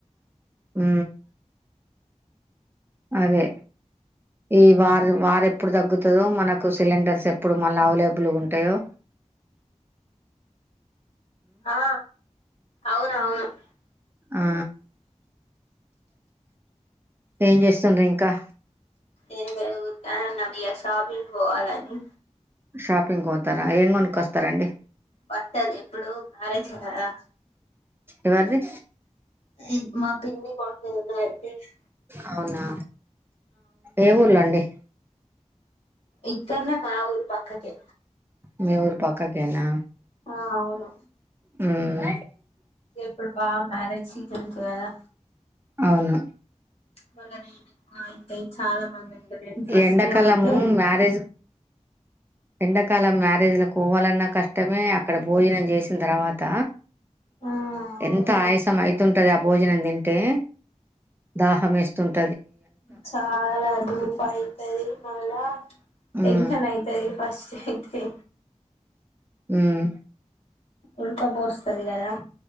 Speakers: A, on the right (about 20°); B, on the left (about 50°).
A: మ్ అదే ఈ వా వారు ఎప్పుడు తగ్గుతుందో మనకు సిలిండర్స్ ఎప్పుడు మళ్ళ అవైలబుల్ ఉంట ట్టయో
B: ఆ అవును అవును <unintelligible>
A: ఆ ఏం చేస్తుండ్రు ఇంకా
B: ఎం లేదు ఉత్తగనే ఉన్నం ఇగ షాపింగ్ పోవాలని
A: షాపింగ్ పోతారా ఏం కొనుక్కొస్తారండి
B: పట్టదు ఎప్పుడు మ్యారేజ్ చేసారా
A: ఎవరిది
B: ఈ మా పిన్ని కొడు అ <unintelligible>
A: అవునా ఏ ఊర్లో అండి
B: ఇక్కన్నే మా ఊరు పక్కకె
A: మీ ఊరు పక్కకేనా
B: ఆ అవును
A: ఉం
B: ఇప్పుడు బా మ్యారేజ్ ఎం స కాదా
A: అవును
B: బల మాయి అ చాలా మంది అంటారుడి ఫస్ట్
A: ఈ ఎండాకాలము
B: ఏ పోతే
A: మ్యారేజ్ ఎండాకాలం మ్యారేజ్లకు పోవాలన్నా కష్టమే అక్కడ భోజనం చేసిన తర్వాత
B: ఆ అవును
A: ఎంత ఆయాసం అయితుంటది ఆ భోజనం తింటే దాహం ఎస్తుంట
B: చాలా ధూప అయితది మళ్ళా
A: ఉమ్
B: టెన్షన్ అయితది ఫస్ట్ అయితే
A: ఉం
B: ఉడకపోస్తది కదా